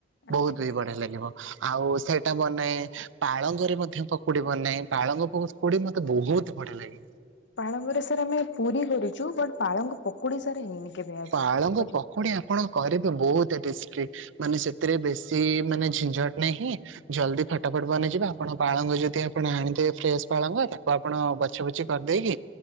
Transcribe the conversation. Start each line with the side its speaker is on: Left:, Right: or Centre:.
Left: ଆଚ୍ଛା।
Right: ବହୁତ ବିି ବଢିଆ ଲାଗିବ। ଆଉ ସେଇଟା ବନାଏ ପାଳଙ୍ଗରେ ମଧ୍ୟ ପକୁଡି ବନାଏ ପାଳଙ୍ଗ ବହୁତ ପକୁଡି ମତେ ବହୁତ ବଢିଆ ଲାଗେ।
Left: ପାଳଙ୍ଗରେ ସାର୍ ଆମେ ପୁରୀ କରୁଛୁ ବଟ ପାଳଙ୍ଗ ପକୁଡି ସାର ହେଇନି। କେବେ ଆଜି
Right: ପାଳଙ୍ଗ
Left: ପର୍ଯ୍ୟନ୍ତ।
Right: ପକୋଡି ଆପଣ କରିବେ ବହୁତ ଟେଷ୍ଟି। ମାନେ ସେଥିରେ ବେଶୀ ମାନେ ଝି୍ନଝଟ ନାହିଁ। ଜଲ୍ଦି ଫଟା ଫଟ ବନେଇଯିବ ଆପଣ ପାଳଙ୍ଗ ଯଦି ଆପଣ ଆଣିଦେବେ ଫ୍ରେଶ ପାଳଙ୍ଗ ତାକୁ ଆପଣ ବଛ ବୁଛି କରିଦେଇକି